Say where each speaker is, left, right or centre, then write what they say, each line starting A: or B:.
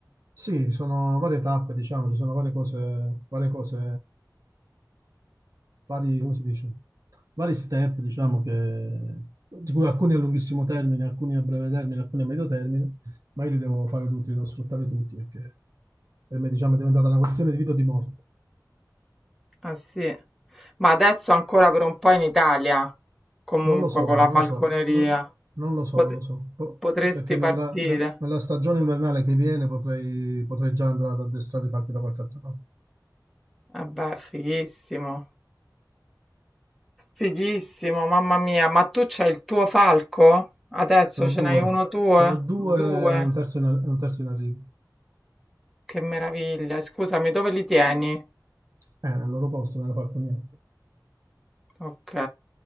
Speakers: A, on the right; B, in the centre.
A: sì, ci sono varie tappe, diciamo, ci sono varie cose, varie cose, vari, come si dice, vari step, diciamo, che, di cui alcuni a lunghissimo termine, alcuni a breve termine, alcuni a medio termine, ma io li devo fare tutti, li devo sfruttare tutti, perché per me, diciamo, è diventata una questione di vita o di morte.
B: Ah sì, ma adesso ancora per un po' in Italia, comunque
A: Non lo so,
B: con la
A: non
B: falconeria,
A: lo so, non, non lo so,
B: Pot-
A: non lo so, Po-
B: potresti
A: perché
B: partire?
A: nella, nel- nella stagione invernale che viene potrei, potrei già andare ad addestrare i fatti da qualche altra parte.
B: Eh beh, fighissimo. Fighissimo, mamma mia, ma tu c'hai il tuo falco? Adesso
A: Ce n'ho
B: ce
A: due,
B: n'hai uno tuo?
A: ce n'ho due,
B: Due?
A: un terzo in, ar- un terzo in arrivo.
B: Che meraviglia. E Scusami, dove li tieni?
A: Eh, nel loro posto, nella falconiera.
B: Ok.